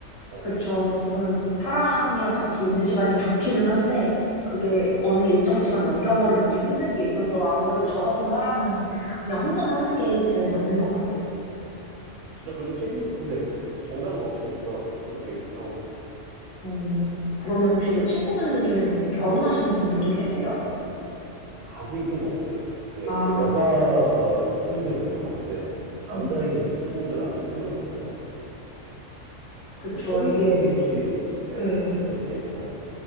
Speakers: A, on the right (about 80°); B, on the left (about 55°).
A: 정말
B: 그쵸.
A: 다행인 것 같습니다.
B: 음, 사람이랑 같이 있는 시간이 좋기는 한데, 그게 어느 일정 시간 넘겨버리면 또 힘든 게 있어서 아무래도 저
A: 맞죠.
B: 같은 사람은 그냥 혼자 사는 게 제일 맞는 것 같아요.
A: 진짜 그게 체질인데 정답은 없으니까 그것도 되게 좋다고 생각해요.
B: 음, 그러면 혹시 그 친구분들 중에서 이제 결혼하시는 분들도 계세요?
A: 아직은 없어요. 이게
B: 아,
A: 그 여자인 친구들 몇 명 갔는데 남자인
B: 음,
A: 친구들은 아직 한 명도 없는 것 같아요.
B: 그쵸.
A: 어, 친구분
B: 이게,
A: 중에 혹시 네
B: 예,
A: 하신 분 계실까요?